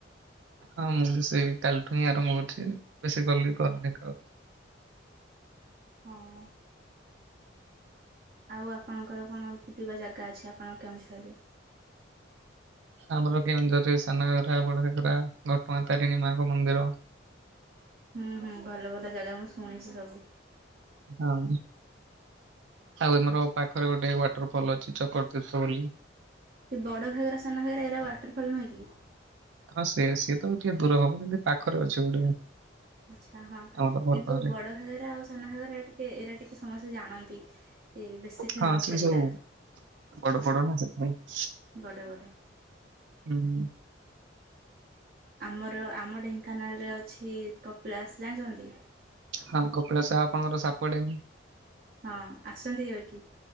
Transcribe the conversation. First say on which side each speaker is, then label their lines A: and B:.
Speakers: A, on the right (about 75°); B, on the right (about 50°).
A: ହଁ ମୁଁ ବି ସେଇ କାଲିଠୁ ହିଁ ଆରମ୍ଭ କରିଚି ବେଶୀ କଲ ବି କରିନି କାହାକୁ।
B: ହଁ। ଆଉ ଆପଣଙ୍କର କଣ ଭୁତିବା ଜାଗା ଅଛି ଆପଣ କେଉଁଝରେ?
A: ଆମର କେଉଁଝରରେ ସାନ ଘଗରା ବଡ ଘାଗରା ଘଟଗାଁ ତାରିଣୀ ମାଙ୍କ ମନ୍ଦିର।
B: ହୁଁ ହୁଁ ଭଲ ଭଲ ଜାଗା ମୁଁ ଶୁଣିଚି ସବୁ।
A: ହଁ। ଆଉ ଆମର ପାଖରେ ଗୋଟେ ୱାଟର ଫଲ ଅଛି ଚକ ତୀର୍ସ ବୋଲି।
B: ବଡ ଘାଗରା ସାନ ଘାଗରା ଏରା ୱାଟରଫଲ ନୁହେଁ କି?
A: ହଁ ସେ ସିଏ ତ ଟିକେ ଦୂର ହବ କିନ୍ତୁ ପାଖରେ ଅଛି ଗୋଟେ।
B: ଆଚ୍ଛା ହଁ
A: ଆମର ଘର
B: କିନ୍ତୁ
A: ପାଖରେ
B: ବଡ ଘାଗରା ଆଉ ସାନ ଘାଗରା ଟିକେ ଏଇରା ଟିକେ ସମସ୍ତେ ଜାଣନ୍ତି। ଏ ବେଶୀ ଫେମସ
A: ହଁ ସେ
B: ଏଗୁଡା।
A: ସବୁ ବଡ ବଡ ନା ସେଥିପାଇଁ।
B: ବଡ ବଡ
A: ହୁଁ।
B: ଆମର ଆମ ଢେଙ୍କାନାଳରେ ଅଛି କପିଳାସ ଜାଣିଚନ୍ତି।
A: ହଁ କପିଳାସ ଆପଣଙ୍କର ସାପୁଆ ଡିମ୍
B: ହଁ ଆସିଚନ୍ତି କି ଦେଖି?